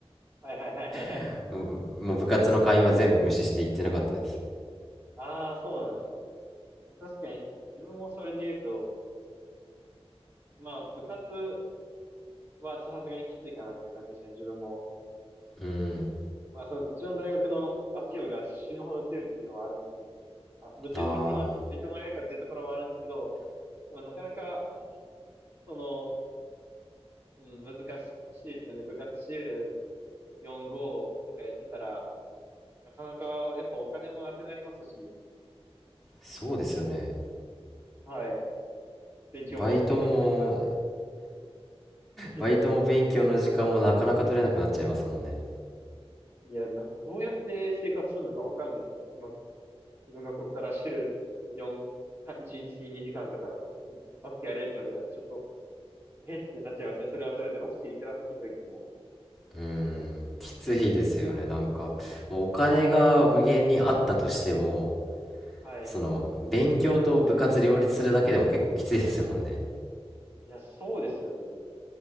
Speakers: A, on the right; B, in the centre.
A: はいはいはいはいはい。
B: <laughs> もう、もう部活の会員は全部無視して行ってなかったです。
A: ああ、そうなんですね。確かに、自分もそれで言うと、まあ、部活はちょっとさすがにきついかなっていう感じでしたね、自分も。
B: うん、
A: まあ、その、うちの大学のバスケ部が死ぬほど強いっていうのはあるんですけど、あ、物理的にまず入れてもらえるかっていうところもあるんですけど、
B: ああ、
A: でもなかなか、その、うん、難しいですよね。部活週4、5とかやってたら、なかなか、やっぱお金もなくなりますし、
B: そうですよね。
A: はい。勉強もついていけなくなって。
B: バイトも
A: <laughs>
B: バイトも勉強の時間もなかなか取れなくなっちゃいますもんね。
A: いや、な、どうやって生活するのかわかんないですね。今自分がここから週4、1日2時間とか、バスケやれって言われたら、ちょっと、えってなっちゃいますね。それはそれでバスケいくら好きと言っても。
B: うーん、きついですよね。なんか、もうお金が無限にあったとしても、
A: はい。
B: その、勉強と部活両立するだけでも結構きついですもんね。
A: いや、そうですよね。